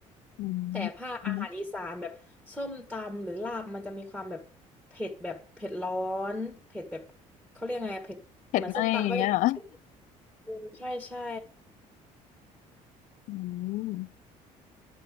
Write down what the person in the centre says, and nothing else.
แต่ภาคอาหารอีสานแบบส้มตำหรือลาบมันจะมีความแบบเผ็ดแบบเผ็ดร้อนเผ็ดแบบเขาเรียกไงอะเผ็ดเหมือนส้มตำก็จะแบบเผ็ด
เออใช่ใช่